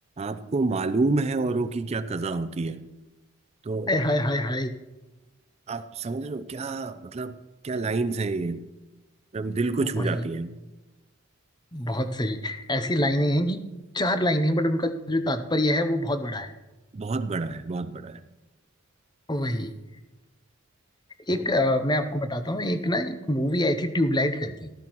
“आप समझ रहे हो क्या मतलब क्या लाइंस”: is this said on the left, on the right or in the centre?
Right